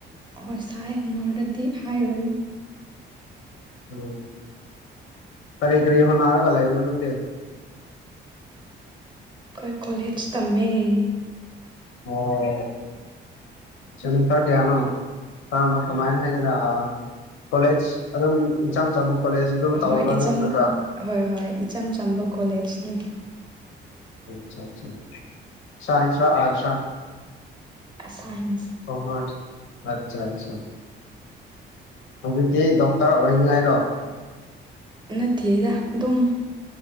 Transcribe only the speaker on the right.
ꯍꯣꯏ ꯁꯥꯏ ꯅꯣꯔꯠꯗꯗꯤ ꯍꯥꯏꯔꯨꯅꯨ
ꯑꯈꯣꯏ ꯀꯣꯂꯦꯠꯖ ꯇꯝꯃ‌ꯦ
ꯍꯣꯏ ꯏꯆꯝ
ꯍꯣꯏ ꯍꯣꯏ ꯏꯆꯝ ꯆꯝꯕ ꯀꯣꯂꯦꯠꯖꯅꯤ
ꯑꯁꯥꯏꯟ
ꯅꯠꯇꯦꯗ ꯑꯗꯨꯝ